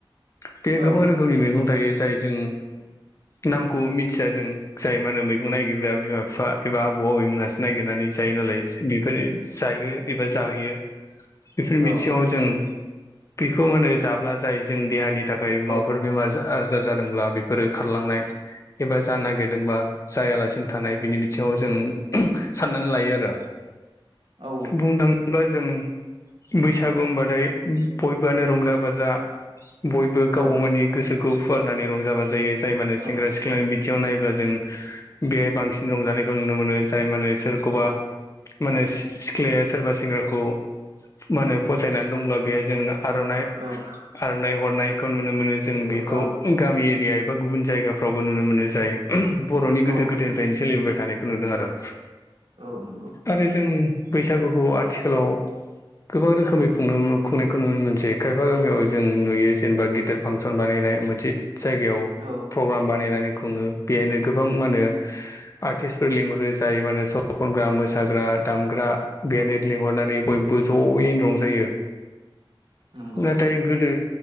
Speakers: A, on the left (about 35°); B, on the right (about 65°).
A: बे
B: औ
A: गोबां रोखोम नि मैगं थायो जाय जों नामखौ मिथिया जों जाय मा होनो मैगं नागिर बिमा-बिफा एबा आबौ-आबै मोनहासो नागिरनानै जायो नालाय बेफोर जायो एबा जाहोयो बेफोर बिथिङाव
B: औ
A: जों बेखौ माने जाब्ला जायो जों देहानि थाखाय माबाफोर
B: औ
A: बेमार आजार जादोंब्ला बेफोरो खारलांनाय एबा जानो नागिरदोंबा जायालासिनो थानाय बिनि बिथिङाव जों साननानै लायो आरो।
B: औ।
A: बुंनो थाङोब्ला जों बैसागु होनबाथाय बयबोआनो रंजा-बाजा बयबो गाव-गाावनि
B: औ
A: गोसोखौ फुवारनानै रंजा बाजायो जाय माने सेंग्रा-सिख्ला
B: औ
A: सिख्लानि बिथिङाव नायोब्ला जों बेहाय बांसिन रंजानायखौ नुनो मोनो जाय मा होनो सोरखौबा
B: औ
A: माने सि सिख्लाया सोरबा सेंग्राखौ मानो फसायना दंब्ला बेहा जों आर'नाइ
B: औ
A: आर'नाइ हरनायखौ नुनो मोनो जों बेखौ
B: औ
A: गामि एरिया एबा गुबुन जायगाफ्रावबो नुनो मोनो जायो बर'नि
B: औ
A: गोदो गोदो फ्रायनो सोलिबोबाय थानायखौ नुदो आर'
B: औ नंगौ।
A: आरो जों बैसागुखौ आथिखालाव गोबां रोखोमै खुं खुंनायखौ नुनो मोनसै खायफा गामियाव जों नुयो जेनबा गिदेर फांसन बानायनाय मोनसे जायगायाव
B: औ
A: प्रग्राम बानायनानै खुङो बेहायनो गोबां मानो
B: औ
A: आर्टिस्फोर लिंहरो जाय मानो स खनग्रा
B: औ
A: मोसाग्रा दामग्रा
B: औ
A: बेेनेट लिंहरनानै बयबो ज'यैनो रंजायो।
B: नंगौ
A: नाथाय गोदो